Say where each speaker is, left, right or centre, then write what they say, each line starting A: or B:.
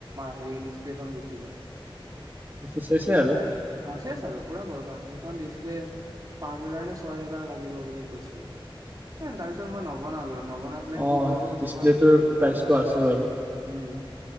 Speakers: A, on the right (about 45°); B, on the right (about 20°).
A: হেৰি ডিচপ্লেখন গুচি গ'ল
B: আছ শেষে আৰু
A: চেচ পুৰা বৰবাদ সেইখন ডিছপ্লে পাঁচ হাজাৰ নে ছয় হোজাৰ লাগিব বুলি কৈছিলে তাৰ পিছত মই নবনালো নবনাই পিনে
B: অ',
A: কি কৰিলো
B: ডিচপ্লেটোৰ
A: তোমাৰ হেৰি
B: প্ৰাইচটো
A: কৰিললো
B: আছে বাৰু।
A: উম